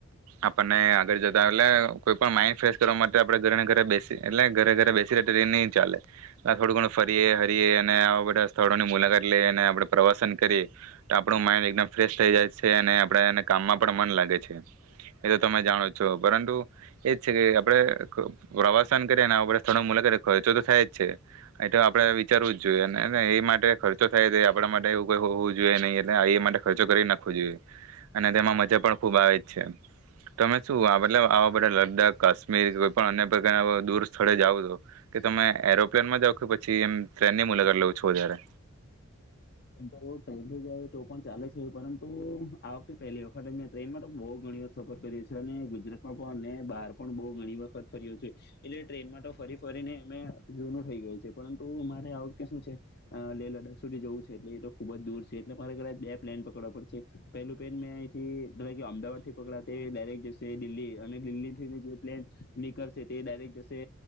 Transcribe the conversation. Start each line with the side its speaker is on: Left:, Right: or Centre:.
Right: આપને આગળ જતા એટલે કોઈ પણ માઇન્ડ ફ્રેશ કરવા માટે આપણે ઘરેને ઘરે બેસી એટલે ઘરે ઘરે બેસી ટ્રેન નહી ચાલે થોડું ઘણું ફરીએ હરીએ અને આવા બધા સ્થળોની મુલાકાત લઈએ અને આપણે પ્રવાસન કરીએ તો આપણું માઈન્ડ એકદમ ફ્રેશ થઈ જાય છે અને આપણે એને કામમાં પણ મન લાગે છે એ તો તમે જાણો છો પરંતુ એજ છે કે આપણે પ્રવાસન ક ને આવા બધા સ્થળો મુલાકાતે ખર્ચો તો થાય જ છે એ તો આપડે વિચારવું જ જોઈએ ને એ માટે ખર્ચો થાય જ આપણા માટે એવું કોઈ હોવું જોઈએ નહી એટલે એ માટે ખર્ચો કરી નાખવો જોઈએ અને તેમાં મજા પણ ખુબ આવે જ છે તમે શું મતલબ આવા બધા લદ્દાખ કાશ્મીર કોઈ પણ અન્ય પ્રકાર દૂર સ્થળે જાવ તો કે તમે એરોપ્લેન માં જાાવ કે પછી એમ ટ્રેનની મુલાકાત લઉ છો વધારે
Left: એમ તો ટ્રેનથી જાય તો પણ ચાલે છે પરં તુ આ વખતે પહેલી વખત જ મે ટ્રેનમાં તો બહ ઘણી વખત સફર કરીયો છે અને ગુજરાતમાં પણ અને બહાર પણ બહુ ઘણી વખત ફર્યો છે એટલે ટ્રેનમાં તો ફરી ફરીને અમે જૂનું થઈ ગયું છે પરંતુ અમારે આ વખતે શું છે લેહ લદ્ખ સુધી જવું છે એટલે એ તો ખુબ જ દૂર છે એટલે મારે કદાચ બે પ્લેન પકડવા પડશે પેલું પ્લેન મેં અયથી અમદાવાદ થી પકડા તે ડાયરેક્ટ જશે દિલ્હી અને દિલ્હીથી જે પ્લેન નીકળશે તે ડાયરેક્ટ જશે